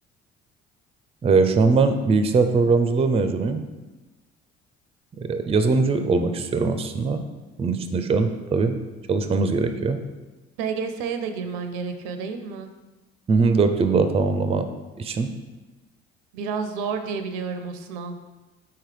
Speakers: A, on the right; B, on the right.
A: Ee, şu an ben bilgisayar programcılığı mezunuyum. Ee, yazılımcı olmak istiyorum aslında. Bunun için de şu an tabii çalışmamız gerekiyor.
B: DGS'ye de girmen gerekiyor değil mi?
A: Hı hı, 4 yıl daha tamamlama için.
B: Biraz zor diye biliyorum o sınav.